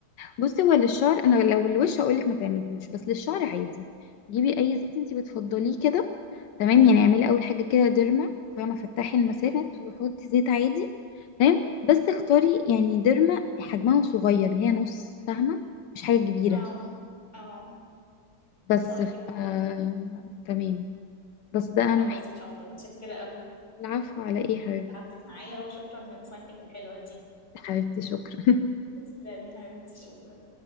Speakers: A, on the left; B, on the left.
A: بصي هو للشعر انا لو الوش هقولك ما تعمليهوش بس للشعر عادي جيبي اي زيت انتي بتفضليه كده تمام يعني اعملي اول حاجه كده ديرما فاهمه فتحي المسامات
B: تمام
A: وحطي زيت عادي تمام بس اختاري يعني ديرما حجمها صغير اللي هي نص فاهمه مش حاجه كبيره
B: اه اه
A: بس
B: طيب
A: ف...
B: حاضر
A: آه... تمام بس ده اهم
B: خلاص
A: حاجه
B: إن شاء الله متشكرة قوي
A: العفو على ايه يا حبيبتي
B: تعبتك معايا وشكرا لنصايحك الحلوة دي
A: حبيبتي شكرا <laughs>
B: تسلمي حبيبتي شكرا